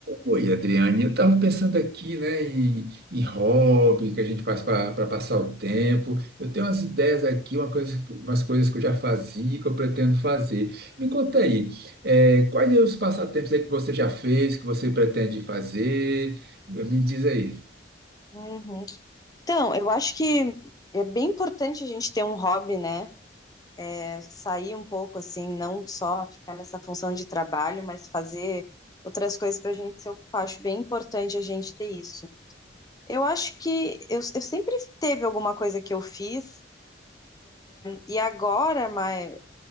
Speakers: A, on the right; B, on the left.
A: Oi, Adriane, eu estava pensando aqui, né, em, em hobby que a gente faz para passar o tempo. Eu tenho umas ideias aqui, uma coisa, umas coisas que eu já fazia e que eu pretendo fazer. Me conta aí, eh, quais são os passatempos aí que você já fez, que você pretende fazer? Me diz aí.
B: Uhum. Então, eu acho que é bem importante a gente ter um hobby, né? É, sair um pouco assim, não só ficar nessa função de trabalho, mas fazer outras coisas para a gente se ocupar. Acho bem importante a gente ter isso. Eu acho que eu, eu sempre teve alguma coisa que eu fiz e agora, mas